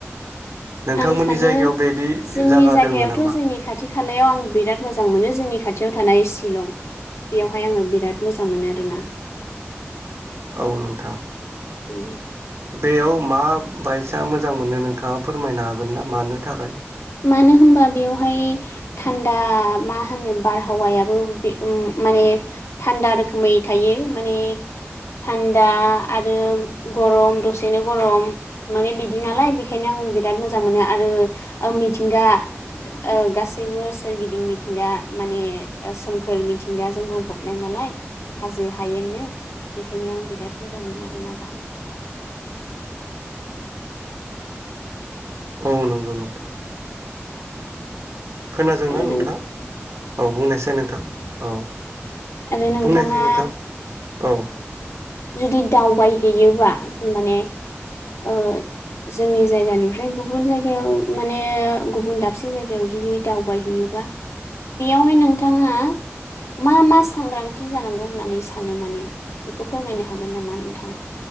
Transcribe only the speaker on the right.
नोंथांमोननि
जायगायाव बिदि
जागा
दोङो नामा
औ नोंथां
बेयाव मा बायसा मोजां मोनो नोंथाङा फोरमायनो हागोन ना मानो थाखाय
औ नंगौ नोंथां। खोनादोंना
नोंथाङा
औ बुंनायसै नोंथां औ।
बुंनायसाय नोंथां औ